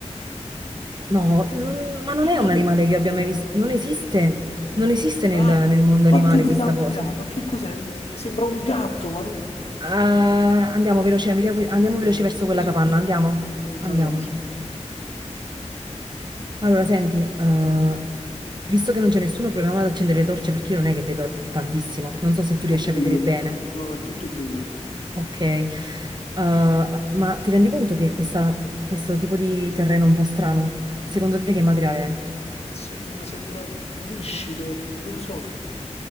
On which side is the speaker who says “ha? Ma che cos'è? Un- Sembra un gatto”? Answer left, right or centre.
Left